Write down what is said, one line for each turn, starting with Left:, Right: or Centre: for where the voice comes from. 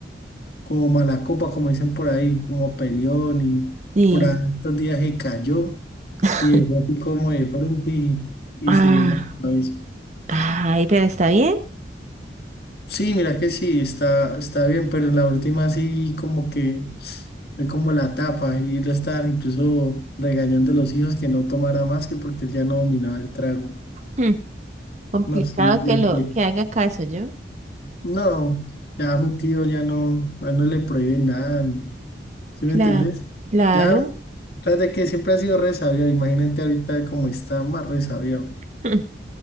Left: como mala copa, como dicen por ahí, como peleón y
Right: Sí.
Left: por ahí estos días se cayó
Right: <laughs>
Left: y dejó así como de frente y, y
Right: Ah,
Left: se dio la cabeza.
Right: ay, pero está bien.
Left: Sí, mira que sí, está, está bien, pero en la última sí como que fue como la tapa y lo estaban incluso regañando a los hijos que no tomara más que porque él ya no dominaba el trago.
Right: Hmm, Complicado
Left: No, sí, y-
Right: que lo,
Left: y-
Right: que haga caso yo.
Left: no, ya a mi tío ya no, a él no le prohíbe nada, ni- ¿sí me
Right: Claro,
Left: entendés?
Right: claro.
Left: Ya, tras de que siempre ha sido re sabio, imagínate ahorita cómo está más re sabio.
Right: <laughs> Hmm.